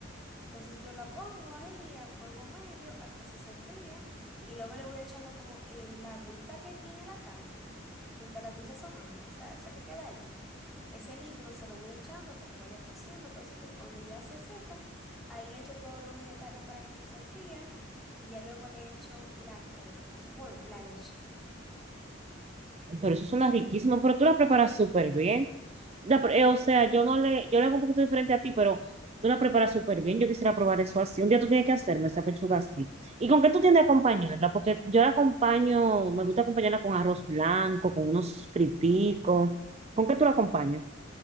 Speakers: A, in the centre; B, on the right (about 30°).
A: Entonces yo la pongo ahí a fuego medio a que se sofría y luego le voy echando como el agüita que tiene la carne mientras la estoy sazonando, o sea, esa que queda ahí. Ese líquido se lo voy echando para que vaya cociendo, cociendo y cuando ya se seca, ahí le echo todos los vegetales para que se sofrían y ya luego le echo la crema, bueno, la leche.
B: Ay, Pero eso suena riquísimo, pero tú la preparas súper bien. La pre- eh, o sea, yo no le, yo le hago un poquito diferente a ti, pero tú la preparas súper bien. Yo quisiera probar eso así. Un día tú tienes que hacerme esa pechuga así. ¿Y con qué tú tiendes a acompañarla? Porque yo la acompaño, me gusta acompañarla con arroz blanco, con unos friticos. ¿Con qué tú la acompañas?